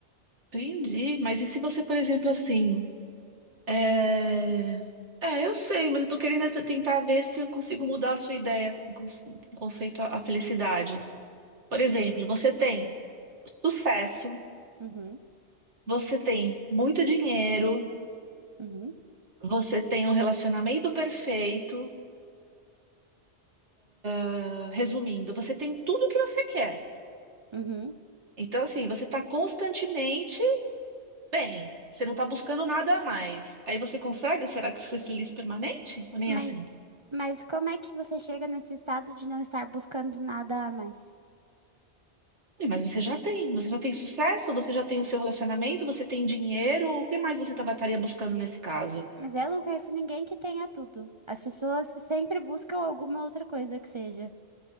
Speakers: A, on the right; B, on the right.
A: Entendi. Mas e se você, por exemplo, assim, É... é, eu sei, mas eu tô querendo é t- tentar ver se eu consigo mudar a sua ideia, conce- conceito à à felicidade. Por exemplo, você tem sucesso,
B: Uhum,
A: você tem muito dinheiro,
B: uhum,
A: você tem um relacionamento perfeito. ah, Resumindo, você tem tudo o que você quer.
B: uhum.
A: Então, assim, você tá constantemente bem. Você não tá buscando nada a mais. Aí você consegue? Será que ser feliz permanente? Ou nem
B: Mas,
A: assim?
B: mas como é que você chega nesse estado de não estar buscando nada a mais?
A: Ih, Mas você já tem, você já tem sucesso, você já tem o seu relacionamento, você tem dinheiro, o que mais você tava, estaria buscando nesse caso?
B: Mas eu não conheço ninguém que tenha tudo. As pessoas sempre buscam alguma outra coisa que seja.